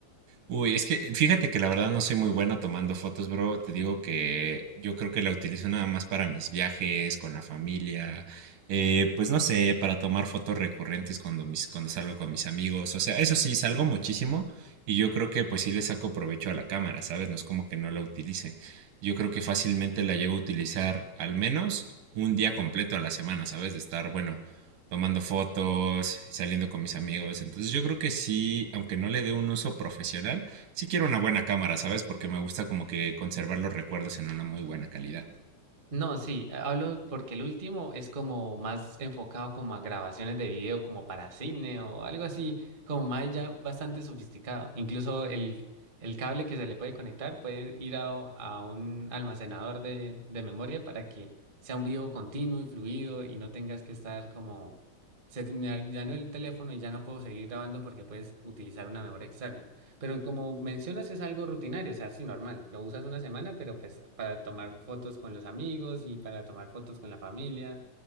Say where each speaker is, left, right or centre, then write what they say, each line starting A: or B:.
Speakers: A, on the right; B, on the right.
A: Uy, es que fíjate que la verdad no soy muy bueno tomando fotos, bro. Te digo que yo creo que la utilizo nada más para mis viajes, con la familia, eh, pues no sé, para tomar fotos recurrentes cuando, mis, cuando salgo con mis amigos. O sea, eso sí, salgo muchísimo y yo creo que pues sí le saco provecho a la cámara, ¿sabes? No es como que no la utilice. Yo creo que fácilmente la llevo a utilizar al menos un día completo a la semana, ¿sabes? De estar, bueno, tomando fotos, saliendo con mis amigos. Entonces yo creo que sí, aunque no le dé un uso profesional, sí quiero una buena cámara, ¿sabes? Porque me gusta como que conservar los recuerdos en una muy buena calidad.
B: No, sí, eh, hablo porque el último es como más enfocado como a grabaciones de video, como para cine o algo así, como más ya bastante sofisticado. Incluso el, el cable que se le puede conectar puede ir a, a un almacenador de, de memoria para que sea un video continuo y fluido y no tengas que estar como, se, me dañó el teléfono y ya no puedo seguir grabando porque puedes utilizar una memoria externa. Pero como mencionas, es algo rutinario, o sea, sí, normal. Lo usas una semana, pero pues para tomar fotos con los amigos y para tomar fotos con la familia